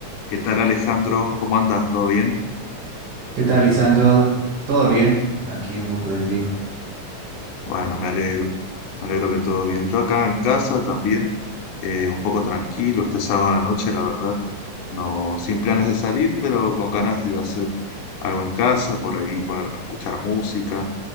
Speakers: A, on the left; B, on the right.
A: ¿Qué tal Alejandro? ¿Cómo andas? ¿Todo bien?
B: ¿Qué tal, Lisandro? ¿Todo bien? Aquí un poco de frío.
A: Bueno, me alegro. Me alegro que todo bien. Yo acá en casa también, eh, un poco tranquilo, este sábado a la noche, la verdad, no sin planes de salir, pero con ganas de hacer algo en casa, por ahí ponerme a escuchar música.